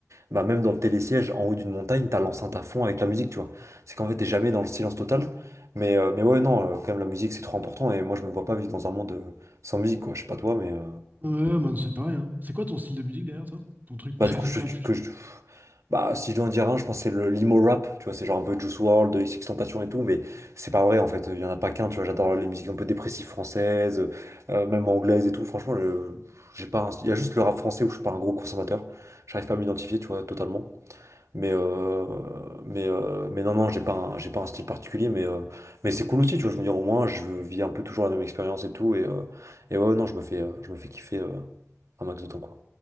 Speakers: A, on the right; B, on the right.
A: Bah même dans le télésiège, en haut d'une montagne, t'as l'enceinte à fond avec la musique, tu vois. C'est qu'en fait, t'es jamais dans le silence total. Mais, euh, mais ouais, non, euh, quand même, la musique, c'est trop important. Et moi, je me vois pas vivre dans un monde euh, sans musique, quoi. Je sais pas toi, mais... euh,
B: ouais, ouais, bah, c'est pareil. hein. C'est quoi ton style de musique, d'ailleurs, toi? Ton truc,
A: Bah
B: bref,
A: du coup, je,
B: bref, tu
A: que
B: vois.
A: je... Bah si je dois en dire un, je pense que c'est le l'emo rap, tu vois. C'est genre un peu Juice World WRLD, XXXTentacion et tout. Mais c'est pas vrai, en fait. Il y en a pas qu'un, tu vois. J'adore les musiques un peu dépressives françaises, euh, même anglaises et tout. Franchement, je- j'ai pas... un- Il y a juste le rap français où je suis pas un gros consommateur. J'arrive pas à m'identifier, tu vois, totalement. Mais, euh, mais, euh, mais non, non, j'ai pas un, j'ai pas un style particulier, mais, euh, mais c'est cool aussi,
B: Ok.
A: tu vois. Je veux dire, au moins, je vis un peu toujours la même expérience et tout. Et, euh, et ouais, ouais, non, je me fais, euh, je me fais kiffer euh, un max de temps, quoi.